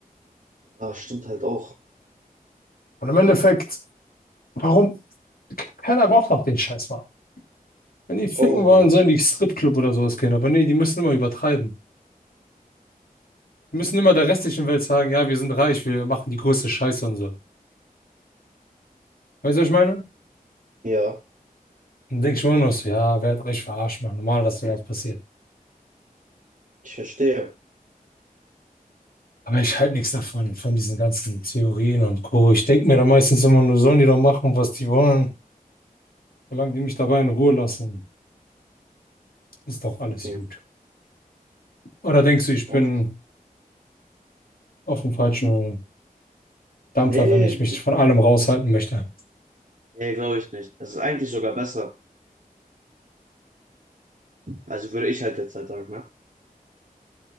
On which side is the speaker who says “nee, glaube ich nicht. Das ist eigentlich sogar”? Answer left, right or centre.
Right